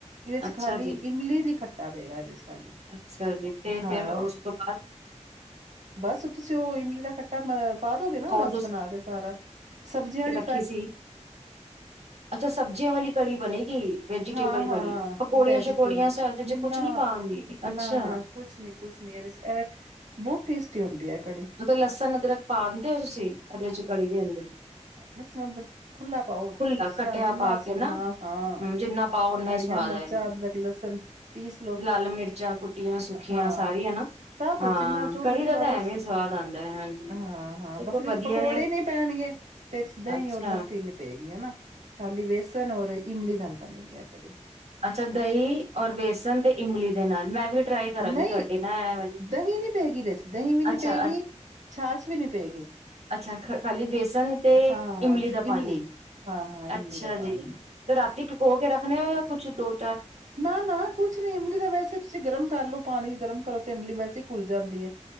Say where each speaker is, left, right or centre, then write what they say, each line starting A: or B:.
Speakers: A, on the right (about 80°); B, on the right (about 60°).
A: ਇਹਦੇ ਚ
B: ਅੱਛਾ
A: ਖਾਲੀ
B: ਜੀ
A: ਇਮਲੀ ਦੀ ਖੱਟਾ ਪਏਗਾ ਇਹਦੇ ਚ ਖਾਲੀ
B: ਅੱਛਾ ਜੀ ਤੇ
A: ਹਾਂ
B: ਫਿਰ ਉਸ
A: ਰ
B: ਤੋਂ ਬਾਅਦ
A: ਬਸ ਤੁਸੀਂ ਇਮਲੀ ਦਾ ਖੱਟਾ ਪਾਾਰੋਗੇ ਨਾ
B: ਉਹ
A: ਰਸ ਬਣਾ ਕੇ ਸਾਰਾ ਸਬਜ਼ੀਆਂ ਵਾਲੀ
B: ਰੀ ਸੀ ਅੱਛਾ ਸਬਜ਼ੀਆਂ ਵਾਲੀ ਕੜੀ ਬਣੇਗੀ ਵੈਜੀਟੇਬਲ
A: ਹਾਂ-ਹਾਂ
B: ਕੜੀ ਪਕੌੜੀਆਂ
A: ਵੈਜੀਟੇਬਲ
B: ਸ਼ਕੌੜੀਆਂ ਸਦ ਚ ਕੁਛ
A: ਨਾ
B: ਨਹੀਂੀ ਪਾਾਂਗੀ ਅੱਛਾ
A: ਨਾ-ਨਾ ਕੁਛ ਨੀ ਕੁਛ ਨੀ ਇਹਦੇ ਚ ਇਹ ਬਹੁਤ ਟੇਸਟੀ ਹੁੰਦੀ ਹੈ ਕੜੀ
B: ਉਹ ਤਾਂ ਲਸਣ ਅਦਰਕ ਪਾ ਦਿੰਦੇ ਹੋ ਤੁਸੀਂ ਇਦਰ ਚ ਕੜੀ ਦੇ ਅੰਦਰ
A: ਦਸ ਮ ਖੁੱਲਾ ਪਾਓ
B: ਖੁੱਲਾ
A: ਜਿਸ
B: ਕੱਟਿਆ
A: ਤਰ੍ਹਾਂ ਜਿੰਨਾ
B: ਪਾ
A: ਅਸੀ
B: ਕੇ ਨਾ
A: ਹਾਂ ਹਾਂ
B: ਹਮ ਜਿੰਨਾ ਪਾਓ ਓਨਾ ਹੀ
A: ਹਰੀਆਂ
B: ਸਵਾਦ
A: ਮਿਰਚਾਂ
B: ਆਏਗਾ
A: ਅਦਰਕ ਲਸਣ ਪੀਸ ਲਓ
B: ਲਾਲ ਮਿਰਚਾਂ ਕੁੱਟੀਆਂ ਸੁੱਖੀਆਂ
A: ਹਾਂ
B: ਸਾਰੀਆਂ ਨਾ
A: ਸਭ
B: ਹਾਂ
A: ਜਿੰਨਾ ਜੋ
B: ਕੜੀ
A: ਮਰਜ਼ੀ
B: ਦਾ
A: ਵਾਪਸ
B: ਤਾਂ ਐਵੇਂ ਸਵਾਦ ਆਉਂਦਾ ਹੈ ਹਾਂਜੀ
A: ਹਾਂ ਹਾਂ
B: ਚਲੋ
A: ਬਸ
B: ਵਧੀਆ
A: ਪਕੌੜੇ
B: ਨੇ
A: ਨੀ ਪੈਣਗੇ ਤੇਦ ਹੀ
B: ਅੱਛਾ
A: ਲੱਸੀ ਨ ਪਏ ਨਾ ਖਾਲੀ ਬੇਸਨ ਔਰ ਇਮਲੀ ਨਾਲ ਬਣੇਗੀ ਆ ਕੜੀ
B: ਅੱਛਾ ਦਹੀਂ ਔਰ ਬੇਸਣ ਤੇ ਇਮਲੀ ਦੇ ਨਾਲ ਮੈਂ ਵੀ ਟਰਾਈ ਕਰਾਂਗੀ
A: ਨਹੀਂ
B: ਤੁਹਾਡੀ ਨਾ ਐ ਵਾਲੀ
A: ਦਹੀਂ ਨਹੀਂੀ ਪਏਗੀ ਰੈਸ ਦਹੀਂ ਵੀ ਨਹੀ
B: ਅੱਛਾ
A: ਪਏਗੀ ਛਾਹਛ ਵੀ ਨਹੀਂੀ ਪਏਗੀ
B: ਅੱਛਾ ਖ ਖਾਲੀ ਬੇਸਨ ਤੇ
A: ਹਾਂ
B: ਇਮਲੀ ਦਾ ਪਾਣੀ
A: ਹਾਂ-ਹਾਂ ਇਮਲੀ
B: ਅੱਛਾ
A: ਦਾ ਪਾਣੀ
B: ਜੀ ਤੇ ਰਾਤੀ ਪਕੋ ਕੇ ਰੱਖਣੇ ਹੋ ਕੁਛ ਦੂਰ
A: ਨਾ ਨਾ ਕੁਛ ਨੀ ਇਮਲੀ ਦਾ ਵੈਸੇ ਤੁਸੀਂ ਗਰਮ ਕਰ ਲੋ ਪਾਣੀ ਗਰਮ ਕਰੋ ਤੇ ਇਮਲੀ ਵੈਸੇ ਹੀ ਘੁਲ ਜਾਂਦੀ ਐ।